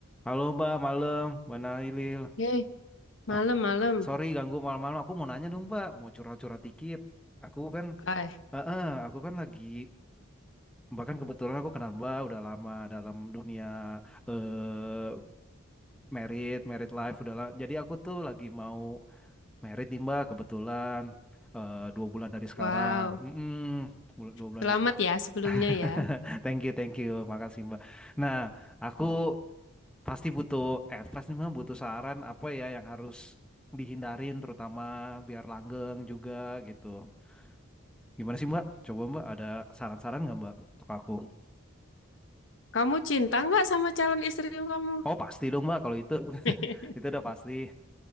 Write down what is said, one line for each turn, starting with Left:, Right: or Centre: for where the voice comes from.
Centre: Halo Mbak, malam, Mbak Nailil.
Left: Hei, malam-malam.
Centre: <laughs> Sorry ganggu malam-malam. Aku mau nanya dong Mbak, mau curhat-curhat dikit. Aku kan,
Left: Ay,
Centre: eh, eh, aku kan lagi, bahkan kebetulan aku kenal Mbak udah lama dalam dunia eh merit, merit life udah. la- Jadi aku tuh lagi mau merit nih Mbak, kebetulan eh dua bulan dari sekarang.
Left: wow.
Centre: Mm-mm, bul- dua bulan
Left: Selamat
Centre: dari sekarang.
Left: ya sebelumnya
Centre: <laughs>
Left: ya.
Centre: Thank you, thank you, makasih Mbak. Nah, aku Pasti butuh advice nih Mam, butuh saran apa ya yang harus dihindarin terutama biar langgeng juga gitu. Gimana sih Mbak? Coba Mbak ada saran-saran nggak Mbak untuk aku?
Left: Kamu cinta nggak sama calon istri kamu?
Centre: Oh pasti dong Mbak kalau itu, <laughs>
Left: <laughs>
Centre: itu udah pasti.